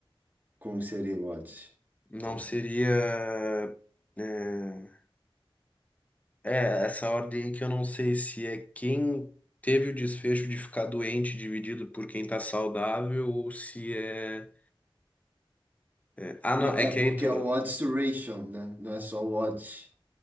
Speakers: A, on the right; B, on the left.
A: como seria o odds?
B: Não
A: Então,
B: seria. é, É, essa ordem que eu não sei se é quem teve o desfecho de ficar doente dividido por quem tá saudável ou se é. é- Ah,
A: na-
B: não, é
A: é
B: que
A: porque
B: aí tu.
A: é o odds ratio, né? Não é só o odds.